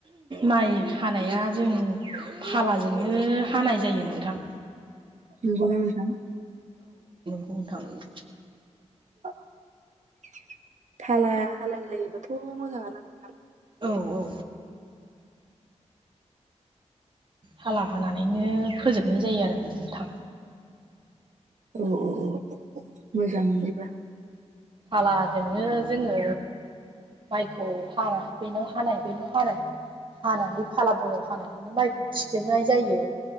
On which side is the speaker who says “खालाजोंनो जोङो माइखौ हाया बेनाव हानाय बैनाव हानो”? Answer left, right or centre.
Right